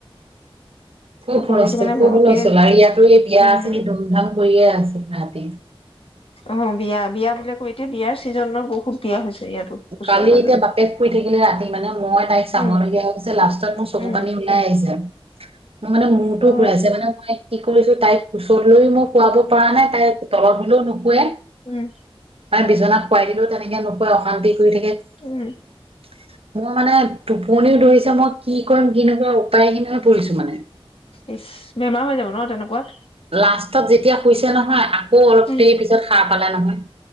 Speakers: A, on the right (about 75°); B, on the left (about 70°).
A: খুব
B: টোপনিটো
A: হুলস্থুল,
B: মানে
A: খুব
B: ভালকে
A: হুলস্থুল, আৰু ইয়াতো এই বিয়া
B: উম
A: আছে। ধুমধাম কৰিয়ে আছে তাহাতি।
B: অ' বিয়া, বিয়া বিলাকো এতিয়া, বিয়াৰ চিজন ন বহুত বিয়া হৈছে। ইয়াতো ওচৰে
A: কালি
B: পাজৰে
A: এতিয়া বাপেক শুই থাকিলে। ৰাতি মানে মই তাইক চাব
B: উম
A: লগীয়া হৈছে। লাষ্টত মোৰ চকু
B: উম
A: পানী ওলাই আহিছে। মই মানে মূতো
B: অ
A: ঘূৰাইছে মানে মই কছো, তাইক কোচত লৈ মই শুৱাব পৰা নাই, তাই তলত হলেও নুশুৱে।
B: উম।
A: তাই বিচনাত শুৱাই দিলোও তেনেকে নোশোৱে, অশান্তি। <unintelligible> টোপনিও
B: উম
A: ধৰিছে। মই কি কৰিম কি নকৰিম উপায়হীন হৈ পৰিছো মানে।
B: ইচ! বেমাৰ হৈ যাব ন তেনেকুৱাত?
A: লাষ্টত যেতিয়া শুইছে নহয় আক শু অলপ
B: উম
A: দেৰি পিছত সাৰ পালে নহয়।